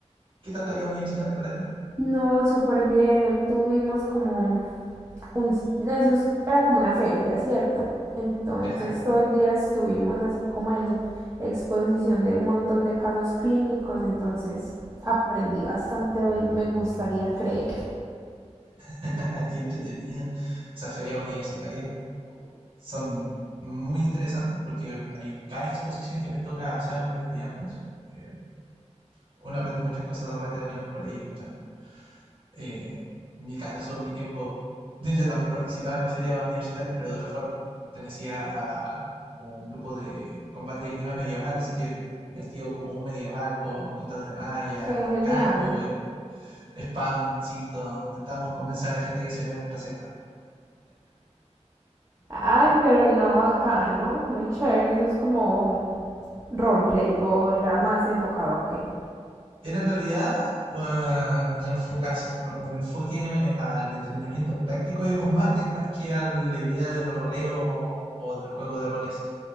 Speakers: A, on the right; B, on the right.
A: ¿Qué tal la vida universitaria para ti?
B: No, súper bien. Hoy tuvimos como un... Eso es- era como una feria, ¿cierto? Entonces
A: Ya,
B: todo el día estuvimos así como en exposición de un montón de casos clínicos. Entonces aprendí bastante hoy, me gustaría creer.
A: <laughs> qué entretenido. Esas ferias universitarias son muy interesantes porque hay cada exposición que les toca hacer a los estudiantes. eh, uno aprende muchas cosas de repente caminando por ahí, escuchando Eh, en mi caso, en mi tiempo, <laughs> yo también participaba en las ferias universitarias, pero de otra forma. Pertenecía a un grupo de combate de clima medieval, así que vestido como un medieval, con cotas de malla,
B: Qué genial.
A: casco, eh, espada en el cinto. Intentábamos convencer a la gente que se uniera a nuestra secta.
B: Ay, pero no, acá, ¿no? Muy chévere. Eso es como roleplay o era más enfocado a qué.
A: Era en realidad uh, un, enfocas- un- un enfoque eh, al entrenamiento práctico de combate más que a la idea del roleo o del juego de roles.